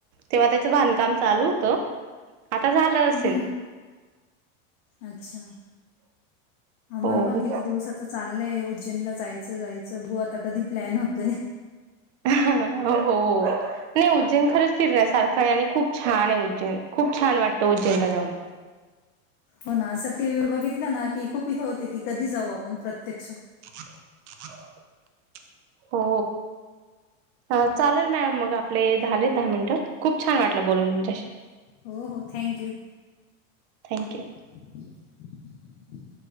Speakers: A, on the right (about 60°); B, on the left (about 50°).
A: तेव्हा त्याच बांधकाम चालू होत आता झालं असेल.
B: हम्म हम्म अच्छा आम्हाला
A: हो
B: पण किती दिवसाच चाललंय उज्जैनला जायचं जायचं गु आता कधी प्लॅन होतंय.
A: हो नाही उज्जैन खरंच फिरण्या सारखं आहे आणि खूप छान आहे उज्जैन खूप छान वाटतं उज्जैनला जाऊन.
B: हो ना असं टी व्ही वर बघितलं ना की खूप इथं होते की कधी जाऊ आपण प्रत्यक्ष
A: <unintelligible> हो चालेल मॅम मग आप आपले झालेत दहा मिनिटं खूप छान वाटलं बोलून तुमच्याशी
B: हो हो थँक यू
A: थँक्यू.
B: <unintelligible>